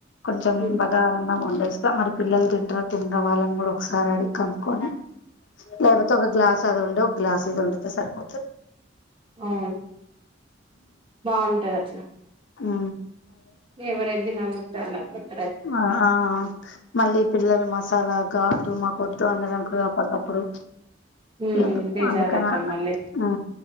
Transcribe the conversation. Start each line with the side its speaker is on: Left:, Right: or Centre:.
Left: కొంచెం
Right: ఉమ్
Left: బగారఅన్నం వండేస్తా మరి పిల్లలు తింటారు తిన వాళ్ళని కూడా ఒకసారి అడి కనుక్కొని లేకపోతే ఒక గ్లాస్ అది ఉండి ఒక గ్లాస్ ఇది వండితే సరిపోతుంది
Right: అవును బాగుంటది అట్లా
Left: ఉ
Right: ఎవరు దిననుట్ట అల <unintelligible>
Left: ఆ ఆ మళ్ళీ పిల్లలు మసాలా గాటు కొద్దు అందరంకో అప్పటికప్పుడు
Right: ఉమ్
Left: ఎందు
Right: బేజారయితాం
Left: అందుక నా
Right: మళ్ళీ
Left: ఉ